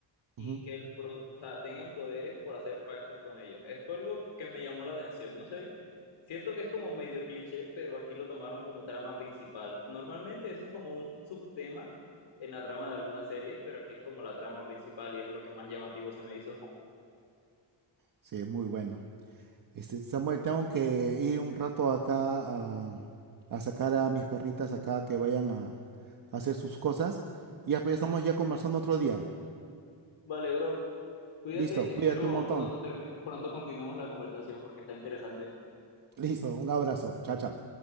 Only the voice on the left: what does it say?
y
que el pro, tengan poderes por hacer pactos con ellos. Es fue algo que me llamó la atención, no sé. Siento que es como medio cliché, pero aquí lo tomaron como trama principal. Normalmente eso es como un subtema en la trama de alguna serie, pero aquí es como la trama principal y es lo que más llamativo se me hizo.
Vale, bro, cuídate,
espero
pronto, termi- pronto continuemos la conversación porque está interesante.